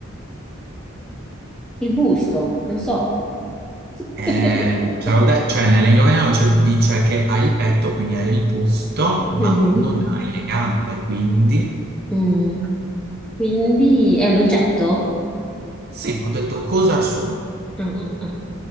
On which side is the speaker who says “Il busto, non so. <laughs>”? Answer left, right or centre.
Centre